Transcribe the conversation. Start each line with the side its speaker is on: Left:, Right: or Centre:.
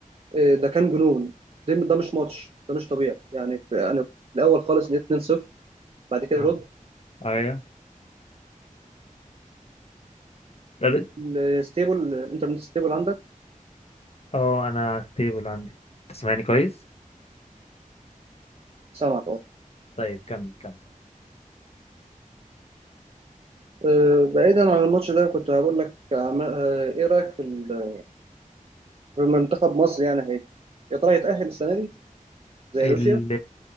Right: آه، ده كان جنون ده ده مش ماتش ده مش طبيعي يعني في- انا في الاول خالص لقيت 2-0 بعد كده
Left: اه
Right: رد
Left: ايوه طب انت
Right: لستيبل الانترنت ستيبل عندك
Left: اه انا ستيبل عندي تسمعني كويس
Right: سامعك اه
Left: طيب كمل كمل
Right: آه، بعيدا عن الماتش ده كنت هقول لك عم- آه، ايه رايك في ال- في منتخب مصر يعني هي يا ترى يتاهل السنه دي زي
Left: ال
Right: روسيا